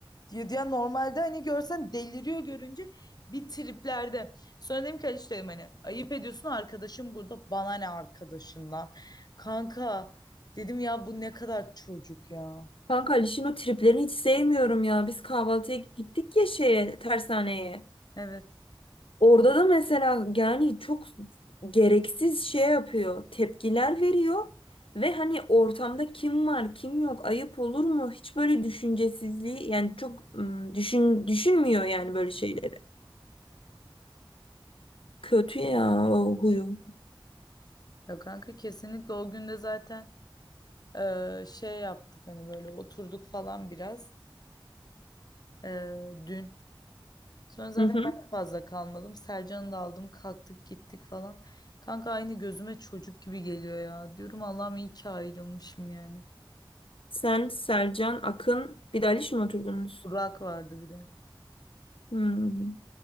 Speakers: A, on the left; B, on the left.
A: Diyor ya normalde hani görsen deliriyor görünce bir triplerde. Sonra dedim ki Aliç dedim hani ayıp ediyorsun arkadaşım burada bana ne arkadaşından. Kanka dedim ya bu ne kadar çocuk ya.
B: Kanka Aliş'in o triplerini hiç sevmiyorum ya. Biz kahvaltıya gittik ya şeye, tersaneye.
A: Evet
B: Orada da mesela yani çok gereksiz şey yapıyor. Tepkiler veriyor. Ve hani ortamda kim var, kim yok, ayıp olur mu? Hiç böyle düşüncesizliği yani çok ım, düşün, düşünmüyor yani böyle şeyleri. Kötü ya o huyu.
A: ya kanka kesinlikle o gün de zaten e, şey yaptık hani böyle oturduk falan biraz e, dün. Sonra zaten
B: Hı hı.
A: ben de fazla kalmadım. Sercan'ı da aldım kalktık gittik falan. Kanka aynı gözüme çocuk gibi geliyor ya. Diyorum Allah'ım iyi ki ayrılmışım yani.
B: Sen, Selcan, Akın, bir de Aliş mi oturdunuz?
A: Burak vardı bir de.
B: Hmm.